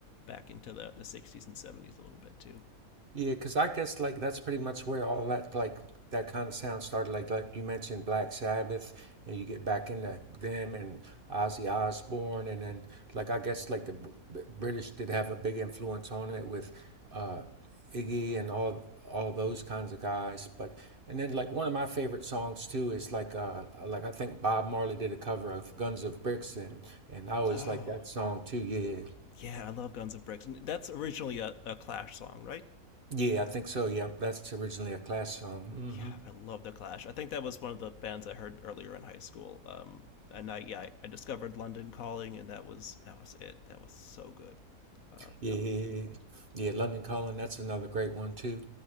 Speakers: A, on the left; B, on the right.
A: back into the the '60s and '70s a little bit too.
B: Yeah, because I guess like that's pretty much where all that like that kind of sound started. Like like you mentioned Black Sabbath, and you get back into them and Ozzy Osbourne, and then like I guess like the Br- British did have a big influence on it with uh, Iggy and all all those kinds of guys. But and then like one of my favorite songs too is like uh like I think Bob Marley did a cover of Guns of Brixton, and I always
A: Oh
B: like that song too. Yeah,
A: yeah, I love Guns of Bricks. And That's originally a, a Clash song, right?
B: yeah, I think so. Yeah, that's originally a Clash song. hmm
A: yeah, I love the Clash. I think that was one of the bands I heard earlier in high school. Um, and I yeah, I, discovered London Calling, and that was that was it. That was so good. Uh,
B: Yeah,
A: I love that.
B: yeah, London Calling, that's another great one too.